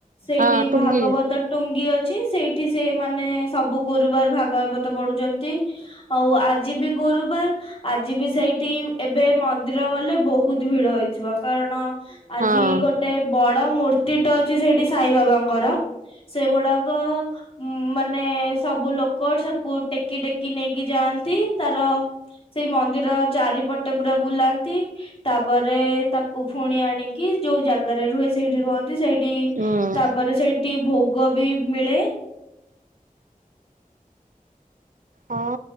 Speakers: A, on the left; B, on the right.
A: ସେଇଠି
B: ହଁ ଟୁଙ୍ଗି
A: ଭାଗବତ ଟୁଙ୍ଗି ଅ ଛି ସେଇଠି ସେ ମାନେ ସବୁ ଗୁରୁବାର ଗବତ ପଢୁଛନ୍ତି ଆଉ ଆଜି ବି ଗୁରୁ ବାର ଆଜି ବି ସେଇଠି ଏବେ ମନ୍ଦିର ଗଲେ ବହୁତ ଭିଡ ହେଇଥିବ କାରଣ ଆଜି
B: ହଁ
A: ଗୋଟେ ବଡ ମୂର୍ତ୍ତିଟା ଅଛି ସେଇଠି ସାଇ ବାବାଙ୍କର ସେଗୁଡାକ ମାନେ ସବୁ ଲୋ କୋ ସକୁ ଟେକି ଟେକି ନେଇକି ଯାଆନ୍ତି ତାର ସେଇ ମନ୍ଦିର ଚାରିପଟେ ପୁରା ବୁଲାନ୍ତି। ତାପରେ ତାକୁ ପୁଣି ଆଣିକି ଯୋଉ ଜାଗାରେ ରୁହେ ସେଇଠି ରୁହନ୍ତି ସେଇଠି
B: ହୁଁ।
A: ତାପରେ ସେଇଠି ଭୋଗ ବି ମିଳେ।
B: ହଁ